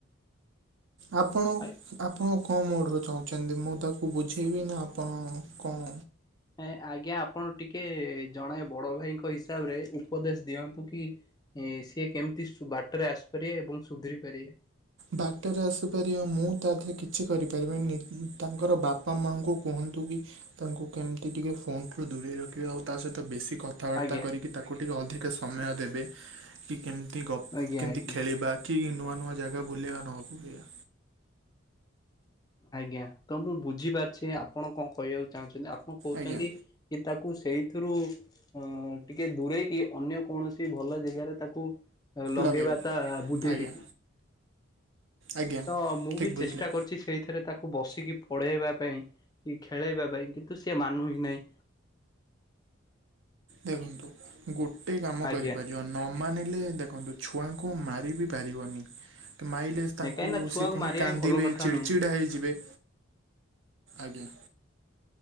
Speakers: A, on the right (about 70°); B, on the left (about 20°).
A: ଆପଣ
B: ଆଉ
A: ଆପଣ କଣ ମୋଡ଼ରୁ ଚାହୁଁଛନ୍ତି ମୁଁ ତାକୁ ବୁଝେଇବି ନା ଆପଣ କଣ
B: ହେଁ ଆଜ୍ଞା ଆପଣ ଟିକେ ଜଣେ ବଡ ଭାଇଙ୍କ ହିସାବରେ ଉପଦେଶ ଦିଅନ୍ତୁ କି ଏ ସିଏ କେମିତି ଶୁ ବାଟରେ ଆସିପାରିବେ ଏବଂ ସୁଧୁରି ପାରିବେ
A: ବାଟରେ ଆସିପାରିବା ମୁଁ ତା ଦେ କିଛି କରିପାରିବିନି ତାଙ୍କର ବାପା ମାଙ୍କୁ କୁହନ୍ତୁ କି ତାଙ୍କୁ କେମିତି ଟିକେ ଫୋନ ଟୁ ଦୂରେଇ ରଖିବ ଆଉ ତା ସହିତ ବେଶୀ କଥା କଥାବାର୍ତ୍ତା
B: ଆଜ୍ଞା।
A: କରିକି ତାକୁ ଟିକିଏ ଅଧିକ ସମୟ ଦେବେ କି କେମିତି ଗ
B: ଆଜ୍ଞା
A: କେମିତି
B: ଆଜ୍ଞା
A: ଖେଳିବା କି ନୂଆ ନୂଆ ଜାଗା ବୁଲିବା ନ ଆଗୁଆ
B: ଆଜ୍ଞା ତ ମୁଁ ବୁଝିପାରୁଛି ଆପଣ କଣ କହିବାକୁ ଚାହୁଁଛନ୍ତି ଆପଣ କହୁଛନ୍ତି
A: ଆଜ୍ଞା
B: କି ତାକୁ ସେଇଥିରୁ ଅ ଟିକେ ଦୂରେଇକି ଅନ୍ୟ କୌଣସି ଭଲ ଜାଗାରେ ତାକୁ ଲଗେଇବା
A: ଲଗେଇବୁ
B: ତା ବୁଦ୍ଧିଟି
A: ଆଜ୍ଞା ଆଜ୍ଞା
B: ତ ମୁଁ
A: ଠିକ୍
B: ବି
A: ବୁଝିଲେ
B: ଚେଷ୍ଟା କରୁଚି ସେଇଥି ସେଥିରେ ତାକୁ ବସିକି ପଢ଼େଇବା ପାଇଁ କି ଖେଳେଇବା ପାଇଁ କିନ୍ତୁ ସେ ମାନୁ ହିଁ ନାହିଁ।
A: ଦେଖନ୍ତୁ ଗୋଟେ କାମ
B: ଆଜ୍ଞା
A: କରିପାରିବ। ନ ମାନିଲେ ଦେଖନ୍ତୁ ଛୁଆଙ୍କୁ ମାରି ବିି ପାରିବନି। ମାଇଲେ
B: କାହିଁକି
A: ତାଙ୍କୁ
B: ନା ଛୁଆକୁ
A: ସେ ପୁଣି
B: ମାରିବା
A: କାନ୍ଦିବେ
B: ବି ଭଲ କଥା
A: ଚିଡଚିଡା
B: ନୁହେଁ।
A: ହେଇଯିବେ। ଆଜ୍ଞା।